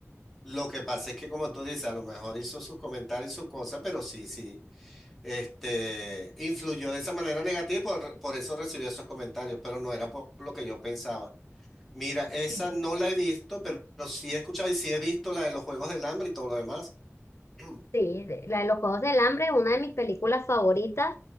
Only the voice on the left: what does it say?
Sí,
Sí, de- la de los Juegos del Hambre es una de mis películas favoritas,